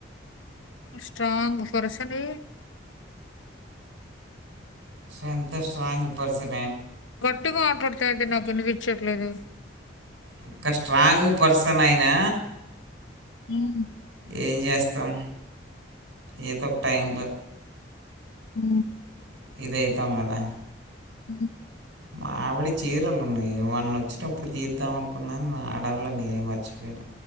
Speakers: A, on the left (about 85°); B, on the right (about 85°).
A: స్ట్రాంగ్ పర్సన్ నువ్వు
B: స్ట్రెంత్ స్ట్రాంగ్ పరిస్థితి
A: గట్టిగా మాట్లాడితే అది నాకు వినిపిచ్చట్లేదు
B: ఒక స్ట్రాంగ్ పర్సన్ అయినా
A: మ్మ్ హ్హ్
B: ఏం చేస్తాం ఏదో ఒక టైంలో
A: మ్మ్
B: ఇదయితాం కదా
A: అ
B: మా ఆవిడ చీరలు ఉన్నాయి వాన్ను వచ్చినప్పుడు తీద్దాం అనుకున్నాను నా ఆడవాళ్ళ నేనే మర్చిపోయాను